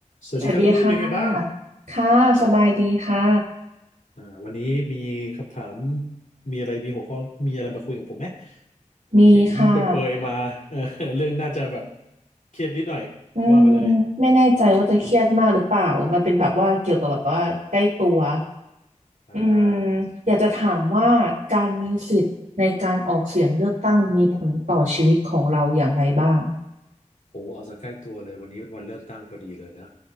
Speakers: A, on the left; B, on the right.
A: สวัสดีครับคุณดุ้ยเป็นไงบ้าง
B: สวัสดีค่ะค่ะสบายดีค่ะ
A: อ่าวันนี้มีคำถามมีอะไรมีหัวข้อมีอะไรมาคุยกับผมไหม
B: มีค่ะ
A: เห็นเปรยๆมาเออเรื่องน่าจะแบบเครียดนิดหน่อยว่ามาเลย
B: อืมไม่แน่ใจว่าจะเครียดมากหรือเปล่ามันเป็นแบบว่าเกี่ยวกับแบบว่าใกล้ตัว
A: อ่า
B: อืมอยากจะถามว่าการมีสิทธิ์ในการออกเสียงเลือกตั้งมีผลต่อชีวิตของเราอย่างไรบ้าง
A: โอ้เอาซะใกล้ตัวเลยวันนี้เป็นวันเลือกตั้งพอดีเลยนะ